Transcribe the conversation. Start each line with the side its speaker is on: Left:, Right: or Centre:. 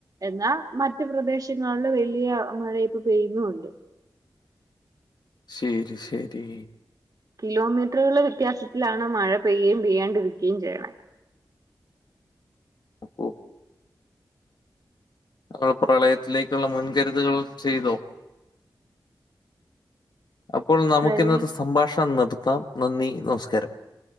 Right: എന്നാൽ മറ്റ പ്രദേശങ്ങളില് വ വലിയ മഴ ഇപ്പൊ പെയ്യുന്നുണ്ട്
Left: ശരി ശരി
Right: കിലോമീറ്ററുകളുടെ വ്യത്യാസത്തിലാണ് മഴ പെയ്യുകയും പെയ്യാണ്ടിരിക്കുകയും ചെയ്യണ
Left: അപ്പോോ നൾ പ്രളയത്തിലേക്കുള്ള മുൻകരുതുകൾ ചെയ്തോ അപ്പോള് നമുക്കിന്നത്തെ
Right: പ്രളയ
Left: സംഭാഷണം നിര്ത്താം നന്ദി നമസ്കാരം